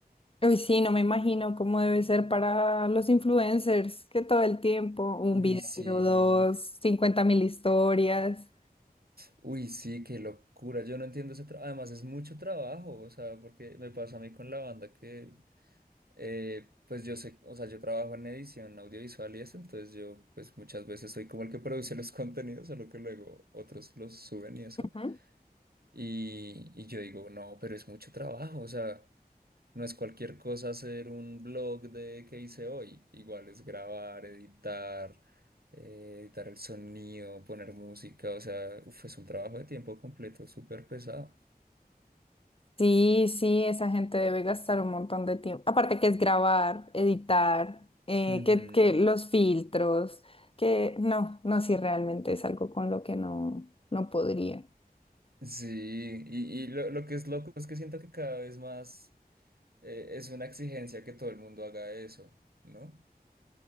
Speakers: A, on the left; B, on the right.
A: Uy, sí, no me imagino cómo debe ser para los influencers, que todo el tiempo, un
B: Uy,
A: video,
B: sí.
A: dos, cincuenta mil historias.
B: Uy, sí, qué locura. Yo no entiendo ese trabajo. Además, es mucho trabajo, o sea, porque me pasa a mí con la banda que, eh, pues yo sé, o sea, yo trabajo en edición audiovisual y eso, entonces yo, pues muchas veces soy como el que produce <laughs> los contenidos, solo que luego otros los suben y eso.
A: Ujú.
B: Y, y yo digo, no, pero es mucho trabajo, o sea. No es cualquier cosa hacer un blog de qué hice hoy. Igual es grabar, editar, eh, editar el sonido, poner música. O sea, uf, es un trabajo de tiempo completo súper pesado.
A: Sí, sí, esa gente debe gastar un montón de tiempo. Aparte que es grabar, editar, eh,
B: Ujú.
A: que, que los filtros, que no, no, sí, realmente es algo con lo que no, no podría.
B: Sí, y, y lo, lo que es loco es que siento que cada vez más eh, es una exigencia que todo el mundo haga eso, ¿no?